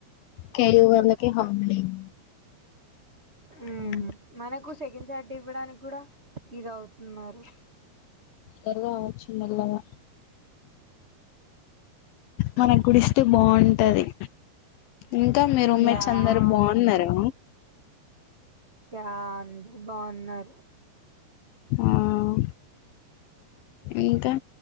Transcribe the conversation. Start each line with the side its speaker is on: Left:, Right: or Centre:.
Left: కేయూ వాళ్ళకే హాంబ్లింగ్
Right: ఉమ్
Left: ఉ
Right: మనకు సెకండ్ సాటర్డే ఇవ్వడానికి కూడా ఇది అవుతున్నారు.
Left: <unintelligible> అవచ్చు మెల్లగా మన కూడా ఇస్తే బాగుంటది ఇంకా మీ రూమ్మేట్స్
Right: యాని
Left: అందరు బావున్నారా
Right: యా అందరు బావున్నారు
Left: ఊ ఇంకా